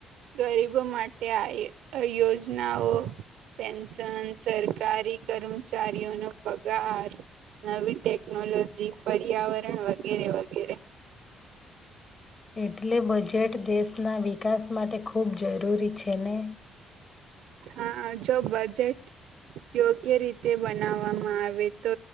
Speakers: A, on the right (about 80°); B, on the left (about 35°).
A: ગરીબો માટે આઈ તોહ યોજ નાઓ પેન્શન સરકારી, કર્મચારીઓનો પગાર નવી ટેકનોલોજી, પર્યાવરણ વગેરે વગેરે
B: એટલે બજેટ દેશના વિકાસ માટે ખૂબ જરૂરી છે, ને
A: હા, જો બજેટ યોગ્ય રીતે બનાવવામાં આવે, તો